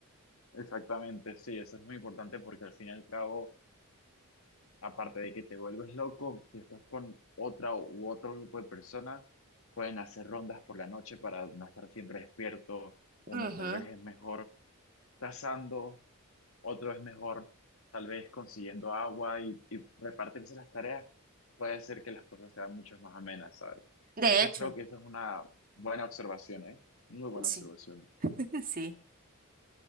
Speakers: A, on the left (about 65°); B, on the right (about 40°).
A: Exactamente, sí, eso es muy importante porque al fin y al cabo Aparte de que te vuelves loco, si estás con otra u otro grupo de personas, pueden hacer rondas por la noche para no estar siempre despierto. Uno
B: <laughs> Ujú.
A: tal vez es mejor cazando, otro es mejor tal vez consiguiendo agua y, y repartirse las tareas puede ser que las cosas sean mucho más amenas, ¿sabes?
B: De
A: Entonces
B: hecho,
A: creo que eso es una buena observación, ¿eh? Muy buena
B: sí,
A: observación.
B: <laughs> sí.